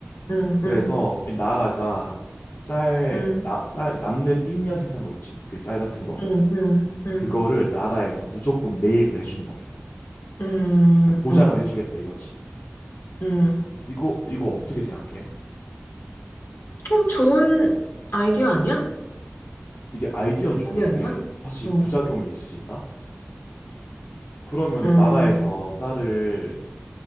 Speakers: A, on the left (about 85°); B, on the left (about 65°).
A: 응,
B: 그래서
A: 응,
B: 이 나라가 쌀,
A: 응,
B: 나, 쌀 남는 잉여 생산물 있지. 그 쌀 같은 거.
A: 응, 응, 응,
B: 그거를 나라에서 무조건 매입을 해주는 법이야.
A: 응,
B: 그러니까 보장을
A: 응,
B: 해주겠다 이거지.
A: 응.
B: 이거 이거 어떻게 생각해?
A: 좀 좋은 아이디어 아니야?
B: 이게 아이디어는 좋은데
A: 그게 아니야?
B: 사실
A: 어,
B: 부작용이 있을 수 있다? 그러면
A: 음,
B: 나라에서 쌀을